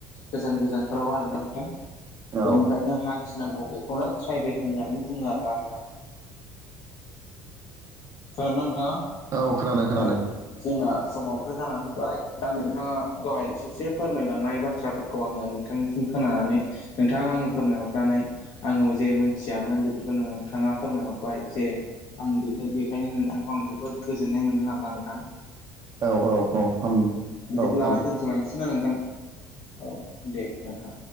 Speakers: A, on the left; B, on the right.
A: गोजान गोजान फोराव आरो ना नोंथां।
B: औ
A: बेनिखायनो हान्थिनांगौ बेखौनो ट्रायभेल होननानै बुङो आरोना नोंथां। खोनादों ना नोंथाङा
B: औ खोनादों खोनादों
A: औ। जोंना समावबोथ' जानानै फैबाय दा नोंथाङा दहाय ससे फोरमायलांनाय बाथ्राफोरखौ आङो नोंथांनिसिम खोनानानै नोंथाङा आंनो फोरमायहरना नै आङो जे मोनथियामोन बेफोरखौ नोंथाङा फोरमायहरबाय जे आं बेखाय बेखायनो नोंथांखौ आं जोबोद गोजोननाय मोनदों आरो ना नोंथां।
B: औ औ औ ओम
A: बिदिब्ला
B: औ औ।
A: दोनथ'लायनोसै ना नोंथां औ दे नोंथां।